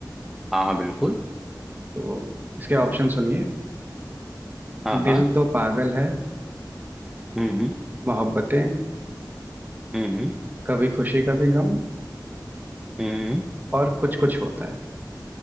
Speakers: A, in the centre; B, on the right.
A: हाँ हाँ बिल्कुल
B: तो इसके ऑप्शन सुनिए
A: हाँ
B: दिल
A: हाँ
B: तो पागल है
A: हम्म हम्म
B: मोहब्बतें
A: हम्म हम्म
B: कभी खुशी कभी गम
A: हम्म।
B: और कुछ कुछ होता है